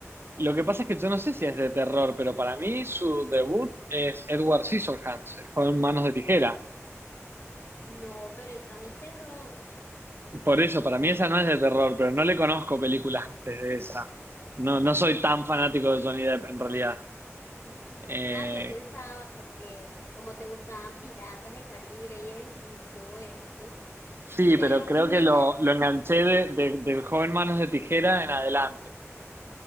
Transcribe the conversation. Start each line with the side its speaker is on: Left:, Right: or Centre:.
Right: lo que pasa es que yo no sé si es de terror, pero para mí su debut es Edward Scissorhands, el joven Manos de Tijera.
Left: No, pero esa no es terror.
Right: Por eso, para mí esa no es de terror, pero no le conozco películas antes de esa. No, no soy tan fanático de Johnny Depp en realidad.
Left: <laughs>
Right: Eh,
Left: Ah, yo pensaba, porque como te gustaban Piratas del Caribe y, y todo esto.
Right: Sí,
Left: Pero
Right: pero creo
Left: mira,
Right: que lo, lo enganché de, de- del joven Manos de Tijera en adelante.